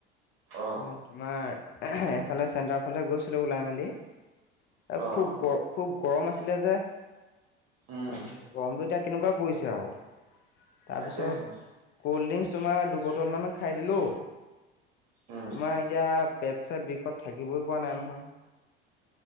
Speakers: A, on the right; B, on the left.
A: অ
B: নাই তোমাৰ। এফালে চেণ্টাৰৰ ফালে গৈছিলো ওলাই মেলি। অ,
A: অ
B: খুব গৰম, খুব গৰম আছিলে যে,
A: উম
B: তাৰপিছত গৰমতটো এতিয়া কেনেকুৱা পৰিছে আৰু। তাৰ
A: তাকেহে
B: পিছত কল্ড ড্ৰিংকচ তোমাৰ দুবটলমান খাই দিলোঁ।
A: উম
B: তোমাৰ এতিয়া পেট ছট বিষত থাকিবই পৰা নাই নহয়।